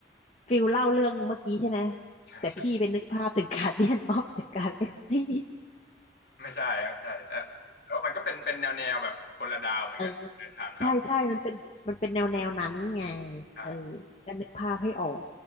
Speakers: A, on the left; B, on the left.
A: ฟิลเล่าเรื่องเมื่อกี้ใช่ไหม
B: ใช่ใช่
A: แต่พี่เป็นนึกภาพถึงการเดียนออฟเึงการล
B: ไม่ใช่ไม่ใช่แต่แต่ว่ามันก็เป็นเป็นแนวแนวแบบคนละดาวเหมือนกันเดินทางข้าม
A: เออใช่ใช่มันเป็นมันเป็นแนวแนวนั้นไง
B: อ่า
A: เออก็นึกภาพให้ออก